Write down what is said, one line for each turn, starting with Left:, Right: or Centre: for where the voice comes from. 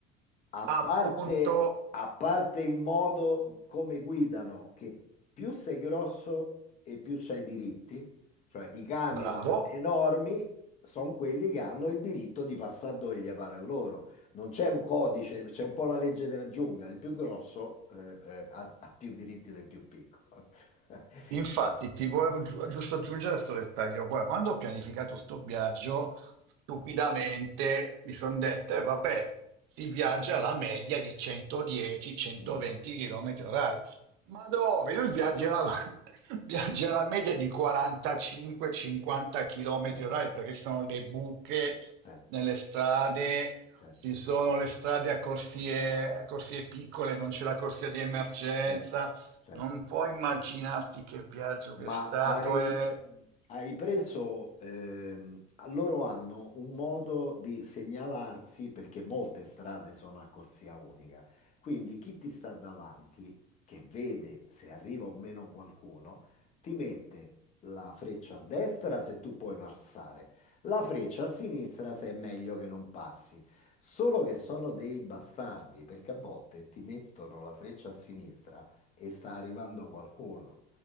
Left: a parte,
Right: appunto,
Left: a parte il modo come guidano, che più sei grosso e più c'hai diritti, cioè i camion
Right: bravo.
Left: enormi sono quelli che hanno il diritto di passare dove gli pare a loro. Non c'è un codice, c'è un po' la legge della giungla, il più grosso eh, eh, ha ha più diritti del più piccolo. <laughs>
Right: Infatti, ti volevo giu- giusto aggiungere questo dettaglio qua. Quando ho pianificato sto viaggio, stupidamente mi sono detto, eh, vabbè, si viaggia alla media di 110-120
Left: No,
Right: km orari. Ma dove? Noi viaggia alla, <laughs> viaggi alla media di 45-50 km
Left: certo,
Right: orari perché ci sono le buche
Left: certo,
Right: nelle strade,
Left: certo,
Right: ci sono le strade a corsie, a corsie piccole, non c'è la corsia di emergenza
Left: certo, certo.
Right: non puoi immaginarti che viaggio che
Left: Ma
Right: è stato
Left: hai,
Right: e...
Left: hai preso, ehm, loro hanno un modo di segnalarsi perché molte strade sono a corsia unica. Quindi chi ti sta davanti, che vede se arriva o meno qualcuno, ti mette la freccia a destra se tu puoi passare, la freccia a sinistra se è meglio che non passi. Solo che sono dei bastardi perché a volte ti mettono la freccia a sinistra e sta arrivando qualcuno.